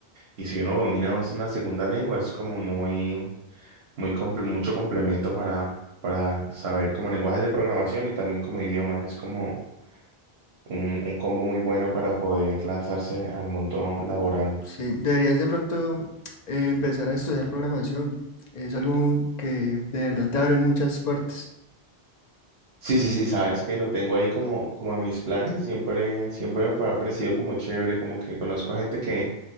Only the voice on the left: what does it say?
sí, deberías de pronto eh, empezar a estudiar programación. Es algo que de verdad te abre muchas puertas.